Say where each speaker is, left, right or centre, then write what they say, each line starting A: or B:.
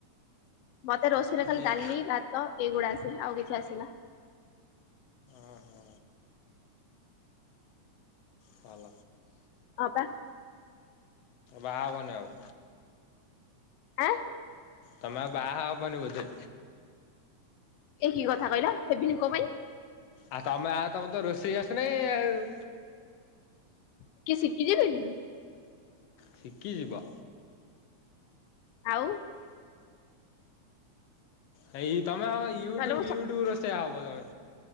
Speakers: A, on the left; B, on the left.
A: ମତେ ରୋଷେଇରେ ଖାଲି
B: ଏ
A: ଡାଲି ଭାତ ଏଇଗୁଡା ଆସେ ଆଉ କିଛି ଆସେନା।
B: ଓହୋ ଭଲ
A: ହଁ ପା,
B: ବାହା ହବନି ଆଉ?
A: ଆଁ,
B: ତମେ ବାହା ହବନି ବୋଧେ।
A: ଏ କି କଥା କହିଲ ହେବିନି କଣ ପାଇଁ?
B: ଆଉ ତମେ ଆଉ ତମେ ତ ରୋଷେଇ ଆସିନି ଆଉ?
A: <inaudible> କିଏ ଶିଖିଯିବେନି।
B: ସିକିଯିବ।
A: ଆଉ।
B: ହେଇ ତମେ ହଉ ୟୁଟ୍ୟୁବ
A: ନହେଲେ
B: ୟୁଟ୍ୟୁବ ରୋଷେୟା ହବ ତମେ।